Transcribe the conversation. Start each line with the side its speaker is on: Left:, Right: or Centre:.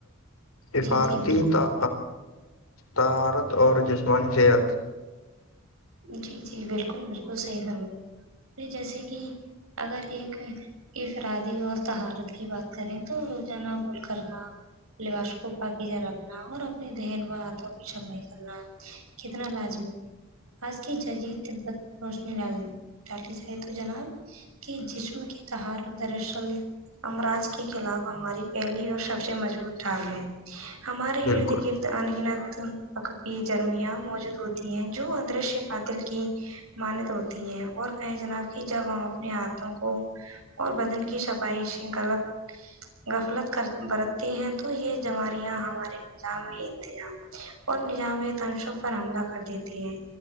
Left: سفارتی
Right: جی جی بالکل
Left: ت تہارت اور جسمانی صحت
Right: جی جی بالکل بالکل صحیح فرم جیسے کہ اگر ایک افرادی اور تہارت کی بات کریں تو روزانہ گل کرنا لباش کو باغیجا رکھنا اور اپنے دہن و ہاتھوں کی صفائی کرنا کتنا لازمی آس کیچ جی تبت روشنی ڈال ڈالی جائے تو جناب کہ جسم کی تہار دراصل ہمراج کے خلاف ہماری پہلی اور سب سے مضبوط ڈھالگ ہے ہمارے
Left: بالکل
Right: ارد گرد انگنت پکی جرمیاں موجود ہوتی ہیں جو دش پاتل کہ مانت ہوتی ہے اور کہیں جناب کہ جب ہم اپنے ہاتھوں کو اور بدن کی صفائ شکھلگ غفلت کر برتتی ہیں تو یہ جوماریاں ہمارے نظامی انتظام اور نظام تنشوں پر حملہ کر دیتی ہے